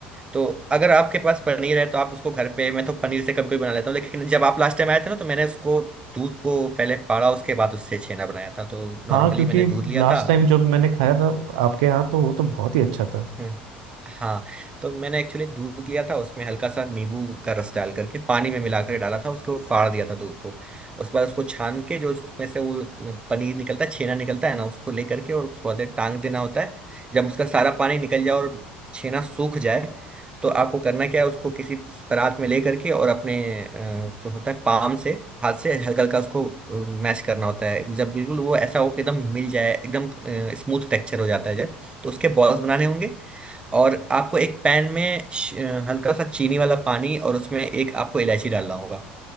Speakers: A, on the right; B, on the right.
A: तो अगर आपके पास पनीर है तो आप उसको घर पे मैं तो पनीर से कभी कभी बना लेता हूँ लेकिन जब आप लास्ट टाइम आए थे ना तो मैंने उसको दूध को पहले फाड़ा उसके बाद उससे छेना बनाया था तो नॉर्मली
B: हाँ क्योंकि
A: मैंने दूध लिया
B: लास्ट
A: था
B: टाइम जब मैंने खाया था आपके यहाँ तो वो तो बहुत ही अच्छा था
A: हम्म, हाँ तो मैंने एक्चुअली दूध लिया था उसमें हल्का सा नींबू का रस डाल करके पानी में मिलाकर डाला था उसको फाड़ दिया था दूध को उसके बाद उसको छान के जो उसमें से वो पनीर निकलता है छेना निकलता है ना उसको ले करके और थोड़ा देर टांग देना होता है जब उसका सारा पानी निकल जाए और छेना सूख जाए तो आपको करना क्या है उसको किसी परात में ले करके और अपने अ, जो होता है पाम से हाथ से हल्का हल्का उसको मैश करना होता है जब बिल्कुल वो ऐसा हो कि एकदम मिल जाए एकदम स्मूथ टेक्सचर हो जाता है जब तो उसके बॉल्स बनाने होंगे और आपको एक पैन में श- हल्का सा चीनी वाला पानी और उसमें एक आपको इलायची डालना होगा